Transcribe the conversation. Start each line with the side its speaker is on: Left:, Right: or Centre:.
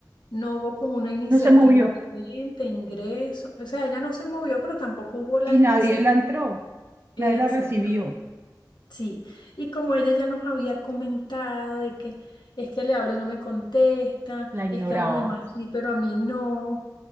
Left: no hubo como una iniciativa
Right: No se movió.
Left: de vente, ingreso. O sea, ella no se movió, pero tampoco hubo la
Right: y
Left: iniciativa.
Right: nadie la entró,
Left: Exactamente.
Right: nadie la recibió,
Left: Sí, y como ella ya nos había comentado de que es que le hablo y no me contesta,
Right: la ignoraba.
Left: es que a los demás sí, pero a mí no.